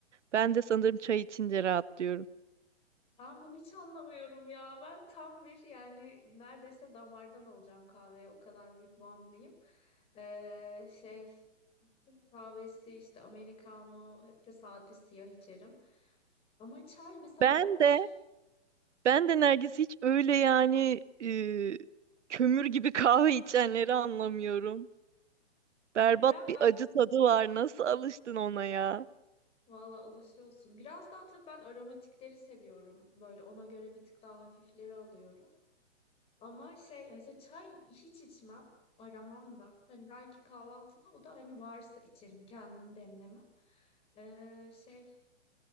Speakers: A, on the right; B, on the left.
A: Ben de sanırım çay içince rahatlıyorum.
B: Ben bunu hiç anlamıyorum ya. Ben tam bir yani neredeyse damardan alacağım kahveye. O kadar büyük bağımlıyım. E, şey Türk kahvesi işte Americano hep de sade siyah içerim. Ama çay mesela
A: Ben
B: bomboş.
A: de ben de Nergis hiç öyle yani e, kömür gibi <laughs> kahve içenleri anlamıyorum. Berbat
B: Ya
A: bir
B: ben
A: acı tadı var. Nasıl alıştın ona ya?
B: valla alışıyorsun. Biraz daha tabii ben aromatikleri seviyorum. Böyle ona göre bir tık daha hafifleri alıyorum. Ama şey mesela çay hiç içmem. Aramam da. Hani belki kahvaltıda o da hani varsa içerim. Kendim demlemem. Ee, şey